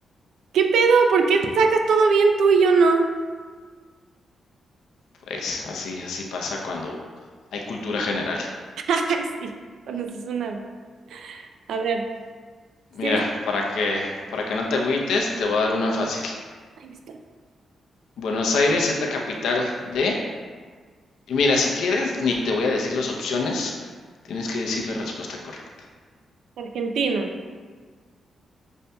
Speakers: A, on the right; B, on the left.
A: ¿Qué pedo? ¿Por qué sacas todo bien tú y yo no?
B: Pues así, así pasa cuando hay cultura general.
A: <laughs> Ay, sí. Bueno, eso es una. A ver, sigues.
B: Mira, para que, para que no te agüites, te voy a dar una fácil.
A: Ay, mi espalda.
B: Buenos Aires es la capital de... Y mira, si quieres, ni te voy a decir las opciones, tienes que decir la respuesta correcta.
A: Argentina.